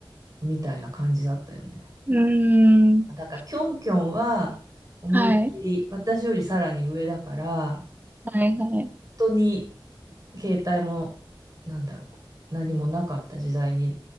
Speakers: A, on the right; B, on the right.
A: みたいな感じだったよね。
B: うーん。
A: だから、キョンキョンは、思いっきり、
B: はい。
A: 私よりさらに上だから、
B: はい、はい。
A: 本当に携帯もなんだろう何もなかった時代に